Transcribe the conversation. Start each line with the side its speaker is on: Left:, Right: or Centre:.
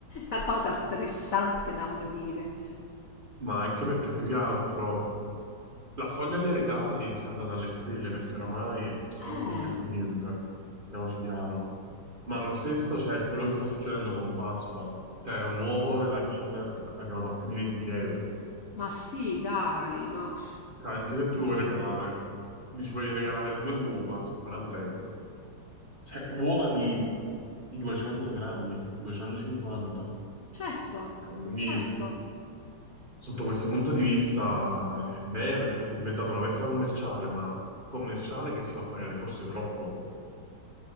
Left: una cosa stressante da morire.
Right: ma anche perché più che altro la soglia dei regali si è alzata alle stelle perché oramai non
Left: Eh.
Right: compri più niente, parliamoci chiaro. Ma lo stesso c'è quello che sta succedendo con Pasqua, cioè un uovo della Kinder è arrivato a più di 20 euro,
Left: Ma sì, dai, ma pff,
Right: Cioè, anche se tu lo vuoi regalare, dici vuoi regalare due uova su 40 euro, cioè uova di 200 grammi, 250,
Left: certo,
Right: Eh, quindi
Left: certo.
Right: Sotto questo punto di vista, è vero, è diventata una festa commerciale, ma commerciale che si fa pagare forse troppo.